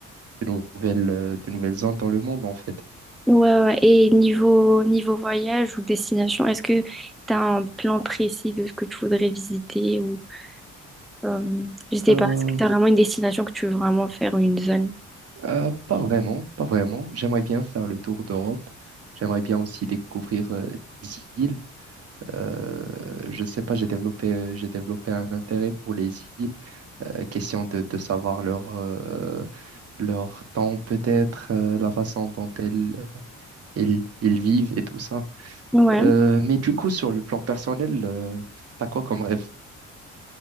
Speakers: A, on the right (about 55°); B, in the centre.
A: de nouvelles, euh, de nouvelles zones dans le monde en fait.
B: Ouais, ouais. Et niveau, niveau voyage ou destination, est-ce que tu as un plan précis de ce que tu voudrais visiter ou euh, je sais
A: Euh,
B: pas, est-ce que tu as vraiment une destination que tu veux vraiment faire ou une zone?
A: euh, pas vraiment, pas vraiment. J'aimerais bien faire le tour d'Europe. J'aimerais bien aussi découvrir euh, des îles. Euh, je sais pas, j'ai développé, euh, j'ai développé un intérêt pour les îles, euh, question de, de savoir leur, euh, leur temps peut-être, euh, la façon dont elles, elles, elles vivent et tout ça.
B: Ouais.
A: Euh, mais du coup, sur le plan personnel, euh, t'as quoi comme rêve?